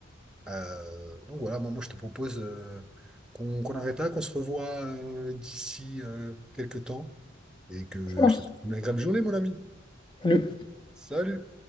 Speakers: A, in the centre; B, on the left (about 25°).
A: Euh, donc voilà, moi, moi, je te propose euh, qu'on qu'on arrête là, qu'on se revoit euh, d'ici euh, quelques temps et que
B: Ça marche.
A: je te souhaite une agréable journée, mon ami.
B: Salut.
A: Salut!